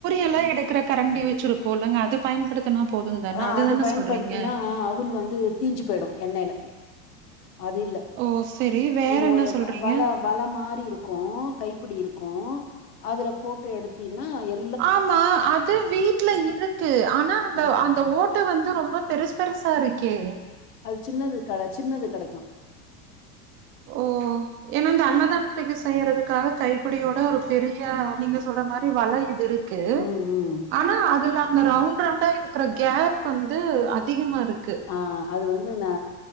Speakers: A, on the right; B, on the left.
A: எல்லா எடுக்குற கரண்டி வச்சிருப்போ இல்லங்க அது பயன்படுத்த த்துனா போதும் தான?
B: ஆ
A: அதுதான
B: அது பயன்படுத்தினா
A: சொல்றீங்க?
B: அவுள் வந்து தீஞ்சு போயிடும் எண்ணெயில அது இல்ல
A: ஓ! சரி. வேற
B: இது
A: என்ன
B: ஒரு
A: சொல்றீங்க?
B: வல வல மாறி இருக்கும் கைப்பிடி இருக்கும் அதுல போட்டு எடுத்தீனா எ
A: ஆமா அது வீட்டுல இருக்கு ஆனா அந்த
B: ஆ
A: அந்த ஓ ட்ட வந்து ரொம்ப பெருசு பெருசா இருக்கே
B: அது சின்னது க சின்னது கெடைக்கும்
A: ஓ ஏன்னா இந்த அன்னதானத்துக்கு செய்யிறதுக்காக கைப்பிடியோட ஒரு பெரிய நீங்க சொல்ற மாரி வல இது இருக்கு
B: ம்
A: கு
B: ம்
A: ஆனா அதுல அந்த ரவுண்ட்டு ரவுண்டா இருக்குற கேப் வந்து அதிகமா இருக்கு
B: ஆ அது வந்து நா